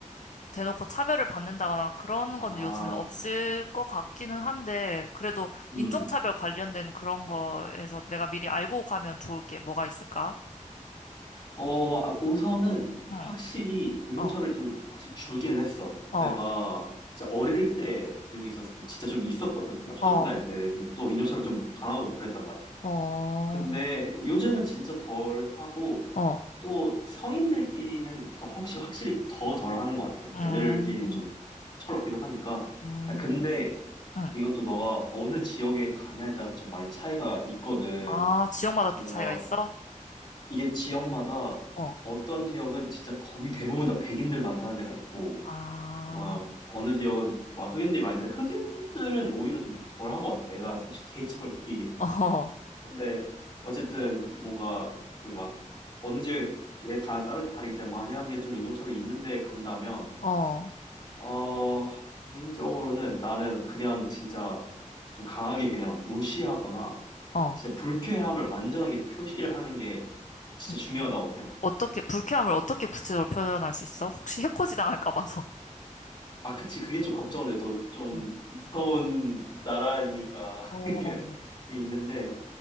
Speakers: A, on the left (about 65°); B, on the left (about 35°).
A: 대놓고 차별을 받는다거나 그런
B: 아,
A: 거는 요즘엔 없을 것 같기는 한데, 그래도
B: 음.
A: 인종차별 관련된 그런 거에서 내가 미리 알고 가면 좋을 게 뭐가 있을까?
B: 어, 아, 우선은
A: 응,
B: 확실히 인종차별이
A: 어,
B: 좀 확실히 줄기는 했어.
A: 어,
B: 내가 진짜 어릴 때 여기 있었을 때 진짜 좀 있었거든. 나 초등학교
A: 어,
B: 다닐 때는 또 인종차별 좀 당하고 막 그랬단 말이야.
A: 어,
B: 근데 요즘은 진짜 덜 하고
A: 어,
B: 또 성인들끼리는 더 혹시 확실히 더 덜 하는 것 같아.
A: 음,
B: 애들끼리는 좀 철없기도 하니까.
A: 음,
B: 아, 근데
A: 응.
B: 이것도 너가 어느 지역에 가냐에 따라서 좀 많이 차이가 있거든.
A: 아, 지역마다 또
B: 뭔가
A: 차이가 있어?
B: 이게 지역마다
A: 어,
B: 어떤 지역은 진짜 거의 대부분 다 백인들만 사는 데가 있고,
A: 아,
B: 막 어느 지역은 막 흑인들이 많이 사는데 흑인들은 오히려 좀 덜한 것 같아. 내가 솔직히 <laughs> 개인적으로 느끼기에.
A: 어,
B: 근데 어쨌든 뭔가 그 막 어느 지역에 가 따르게 다르겠지만 만약에 좀 인종차별이 있는데 간다면,
A: 어,
B: 어, 개인적으로는 나는 그냥 진짜 좀 강하게 그냥 무시하거나
A: 어.
B: 진짜 불쾌함을 완전하게 표시를 하는 게 진짜
A: 음.
B: 중요하다고 생각.
A: 어떻게, 불쾌함을 어떻게 구체적으로 표현할 수 있어? 혹시 해코지 당할까 봐서.
B: 아, 그치. 그게 좀 걱정돼. 또 좀
A: 응.
B: 무서운 나라이니까.
A: 어,
B: <laughs> 이게 있는데,